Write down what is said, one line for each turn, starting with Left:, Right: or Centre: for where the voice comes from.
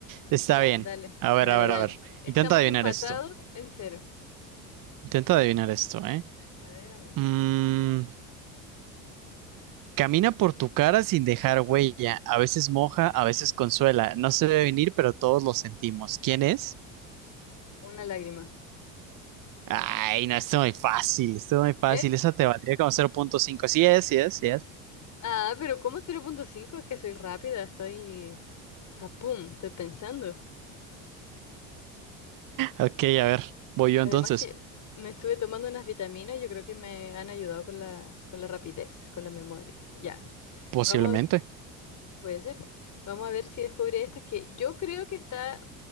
Right: está
Left: Ya,
Right: bien.
Left: dale,
Right: A ver,
Left: dale,
Right: a ver,
Left: dale.
Right: a ver.
Left: Estamos
Right: Intenta adivinar
Left: empatados
Right: esto.
Left: en cero.
Right: Intenta adivinar esto, ¿eh?
Left: A ver, a ver.
Right: Mm, camina por tu cara sin dejar huella. A veces moja, a veces consuela. No se debe venir, pero todos lo sentimos. ¿Quién es?
Left: Una lágrima.
Right: Ay, no, esto es muy fácil, esto es muy fácil.
Left: ¿Eh?
Right: Esa te valdría como 0.5. Sí es, sí es, sí es.
Left: Ah, pero ¿cómo cero punto cinco Es que soy rápida, estoy... Papum, estoy pensando.
Right: Ok, a ver, voy yo
Left: Además
Right: entonces.
Left: que me estuve tomando unas vitaminas, yo creo que me han ayudado con la, con la rapidez, con la memoria. Ya,
Right: Posiblemente.
Left: vamos a ver, puede ser. Vamos a ver si descubre esta que yo creo que está